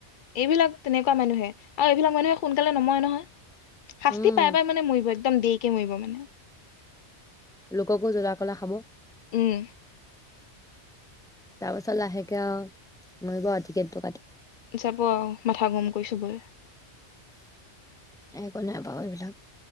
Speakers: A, on the left; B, in the centre.
A: এইবিলাক তেনেকুৱা মানুহে আৰু এইবিলাক মানুহে সোনকালে নময় নহয় শাস্তি
B: উম,
A: পাই পাই মানে মৰিব একদম দি কে মৰিব মানে
B: লোককো জলা কলা খাব
A: উম
B: তাৰ পাছত লাহেকে আৰু মৰিব টিকেটটো কাটি
A: যাব আৰু মাথা গৰম কৰি চবই
B: একো নাই বাৰু এইবিলাক